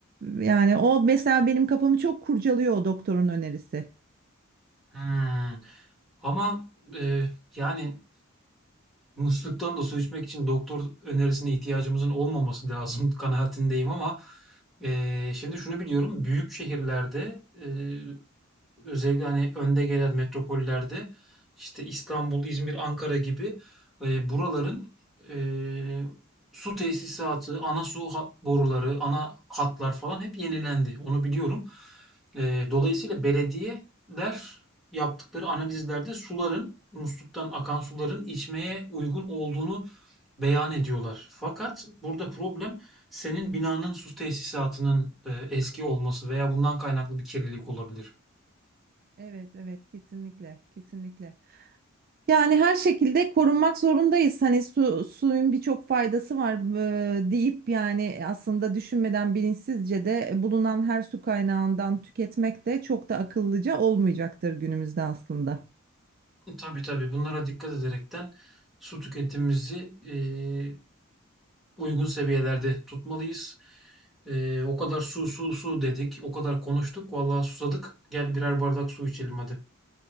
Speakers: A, on the right; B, in the centre.
A: yani o mesela benim kafamı çok kurcalıyor o doktorun önerisi.
B: hmm. Ama e, yani. musluktan da su içmek için doktor önerisine ihtiyacımızın olmaması lazım <laughs> kanaatindeyim ama eee, şimdi şunu biliyorum. Büyük şehirlerde eee, özellikle hani önde gelen metropollerde işte İstanbul, İzmir, Ankara gibi e, buraların e, su tesisatı, ana su hat- boruları, ana hatlar falan hep yenilendi. Onu biliyorum. E, dolayısıyla belediyeler yaptıkları analizlerde suların musluktan akan suların içmeye uygun olduğunu beyan ediyorlar. Fakat burada problem senin binanın su tesisatının e, eski olması veya bundan kaynaklı bir kirlilik olabilir.
A: Evet evet kesinlikle kesinlikle. Yani her şekilde korunmak zorundayız. Hani su, suyun birçok faydası var e, deyip yani aslında düşünmeden bilinçsizce de bulunan her su kaynağından tüketmek de çok da akıllıca olmayacaktır günümüzde aslında.
B: Tabii tabii bunlara dikkat ederekten su tüketimimizi eee, uygun seviyelerde tutmalıyız. Eee, o kadar su su su dedik, o kadar konuştuk, vallahi susadık. Gel birer bardak su içelim hadi.